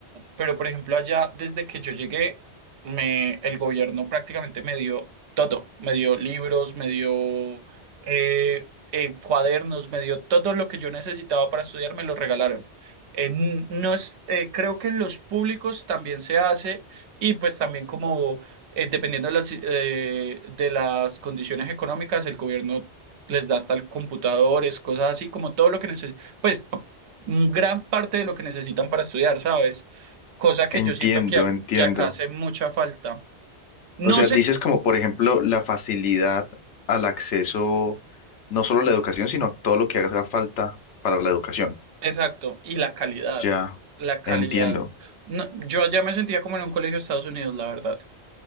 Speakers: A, on the right; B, on the left.
A: pero por ejemplo, allá desde que yo llegué, me, el gobierno prácticamente me dio todo. Me dio libros, me dio eh, eh, cuadernos, me dio todo lo que yo necesitaba para estudiar, me lo regalaron. Eh, n- no es, eh, creo que en los públicos también se hace y pues también como eh, dependiendo de las, eh, de las condiciones económicas, el gobierno les da hasta el computadores, cosas así, como todo lo que necesitan. Pues gran parte de lo que necesitan para estudiar, ¿sabes? Cosa que
B: Entiendo,
A: yo siento que, a-
B: entiendo.
A: que acá hace mucha falta. No
B: O sea,
A: sé,
B: dices como, por ejemplo, la facilidad al acceso, no solo a la educación, sino a todo lo que haga falta para la educación.
A: exacto, y la calidad,
B: Ya,
A: la calidad.
B: entiendo.
A: No, yo allá me sentía como en un colegio de Estados Unidos, la verdad.